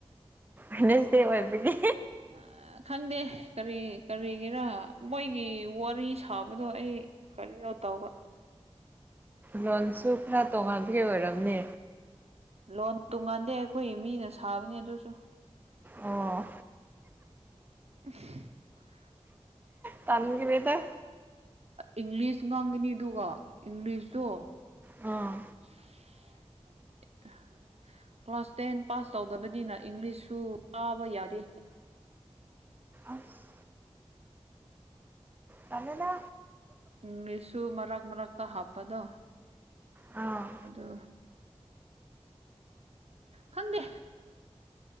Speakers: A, on the right; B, on the right.
A: ꯐꯦꯅꯦꯁꯗꯦ ꯑꯣꯏꯕꯒꯤ
B: ꯑꯥ ꯈꯪꯗꯦ ꯀꯔꯤ ꯀꯔꯤꯒꯤꯔ ꯃꯣꯏꯒꯤ ꯋꯥꯔꯤ ꯁꯥꯕꯗꯣ ꯑꯩ ꯀꯔꯤꯌꯣ ꯇꯧꯕ
A: ꯂꯣꯟꯁꯨ ꯈꯔ ꯇꯣꯉꯥꯟꯕꯒꯤ ꯑꯣꯏꯔꯝꯅꯦ
B: ꯂꯣꯟ ꯇꯣꯡꯉꯥꯟꯗꯦ ꯑꯩꯈꯣꯏꯒꯤ ꯃꯤꯅ ꯁꯥꯕꯅꯦ ꯑꯗꯨꯁꯨ
A: ꯑꯣ
B: <unintelligible>
A: ꯇꯟꯈ꯭ꯔꯦꯗ
B: ꯏꯪꯂꯤꯁ ꯉꯥꯡꯒꯅꯤ ꯑꯗꯨꯒ ꯏꯪꯂꯤꯁꯇꯣ
A: ꯑꯥ
B: <inaudible> ꯀ꯭ꯂꯥꯁ ꯇꯦꯟ ꯄꯥꯁ ꯇꯧꯗꯕꯅꯤꯅ ꯏꯪꯂꯤꯁꯁꯨ ꯄꯕ ꯌꯗꯦ
A: ꯑꯁ ꯀꯂꯅ
B: ꯏꯪꯂꯤꯁꯁꯨ ꯃꯔꯛ ꯃꯔꯛꯇ ꯍꯥꯞꯄꯗꯣ
A: ꯑꯥꯎ
B: ꯑꯗꯣ ꯈꯪꯗꯦ